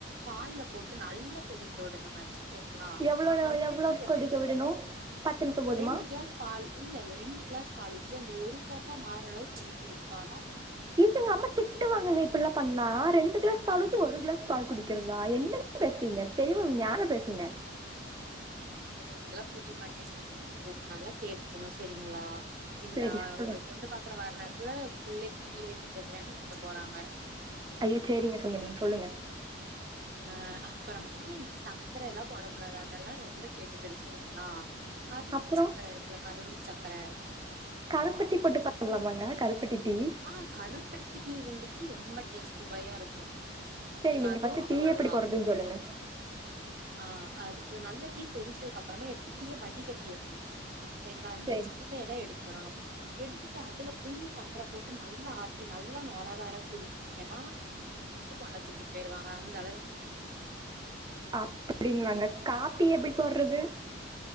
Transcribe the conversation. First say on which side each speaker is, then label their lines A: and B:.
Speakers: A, on the right (about 45°); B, on the right (about 20°).
A: பால்ல போட்டு நல்லா கொதிக்க உடனுங்க செரிங்ளா
B: எவ்வளோ
A: நல்ல
B: எவ்வளோ
A: டீ அப்
B: கொதிக்க விடணும் பத்து நிமிஷம் போதுமா
A: ஒரு ரெண்டு கிளாஸ் பால் இல்ல இல்ல ரெண்டு கிளாஸ் பால் ஊத்தி அந்த ஒரு கிளாஸா மாற அளவுக்கு கொதிக்க விட்டாதா
B: இதுங்க எங்க அம்மா திட்டு வாங்கங்க இப்டிலா பண்ணா ரெண்டு கிளாஸ் பால் ஊத்தி ஒரு கிளாஸ் பால் குடிக்கிறதா என்னெங்க பேசுறிங்க தெளிவா ஞான பேசுங்க
A: உங்களுக்கு இதெல்லா புரிய மாட்டேங்கிங்க நல்லா கேட்டுக்கோங்க சரிங்ளா பின்ன
B: சரி சொல்லுங்க
A: உங்கள பொண்ணு பாக்குற வர நேரத்ல புள்ளைக்கு டீ வைக்க தெர்லேன்னு திட்ட போறாங்க
B: ஐயோ செரிங்க கொஞ்சோ நீங்க சொல்லுங்க
A: அஹ்ன் அப்பறம் <unintelligible> சக்கரைல்லா போடக்கூடாது அதெல்லா ரொம்ப கெடுதல் சரிங்ளா கரும்பு
B: அப்புறம்
A: சக்கர இருக்குல கரும்பு சக்கர
B: கருப்பெட்டி போட்டு பண்லாமாங்க கருப்பட்டி டீ
A: ஆ கருப்பட்டிக்கி வந்துட்டு ரொம்ப டேஸ்ட் சுவையா இருக்கு
B: சரி
A: நீங்க அதுவு
B: ஃபர்ஸ்ட் டீ
A: போட்லா
B: எப்படி போடுறதுன்னு சொல்லுங்க
A: ஆ அது நல்ல டீ கொதிச்சதுக்கு அப்புறமா எடுத்து டீய வடி கட்டிரனு செரிங்ளா அந்த
B: சரி
A: சக்கையலா எடுத்துடனு எடுத்துட்டு அதுல குஞ்ச சக் சக்கர போட்டு நல்லா ஆத்தி நல்லா நொர வர குடுத்தீங்கன்னா இப்பயே பொண்ணத் தூக்கிட்டு போயிருவாங்க அந்த அளவுக்குங்க
B: அப்டிங்களாங்க காப்பி எப்டி போட்றது